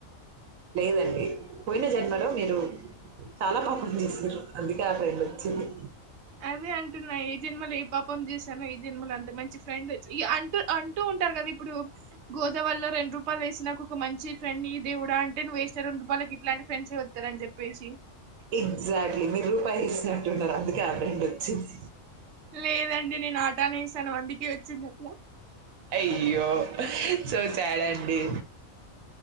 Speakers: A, on the right (about 85°); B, on the right (about 60°).
A: లేదండి పోయిన జన్మలో మీరు చాలా పాపం చేసారు అందుకే ఆ ఫ్రెండ్ వచ్చింది.
B: అదే అంటున్నా ఏ జన్మలు ఏ పాపం చేశానో ఈ జన్మల అంత మంచి ఫ్రెండ్ అంటూ అంటూ ఉంటారు కదా ఇప్పుడు గోదావలో రెండు రూపాయలు వేసి నాకు ఒక మంచి ఫ్రెండ్ ఈ దేవుడా అంటే నువ్వు వేసినా రెండు రూపాయలకి ఇట్లాంటి ఫ్రెండ్స్ వస్తార అని చెప్పేసి
A: ఎగ్జాక్ట్లీ మీరు రూపాయి ఇచ్చినట్టున్నారు అందుకు ఆ ఫ్రెండ్ వచ్చింది
B: లేదండి నేను ఆటానే ఇస్తాను అందుకే వచ్చింది అట్లా
A: అయ్యో చూసాడండి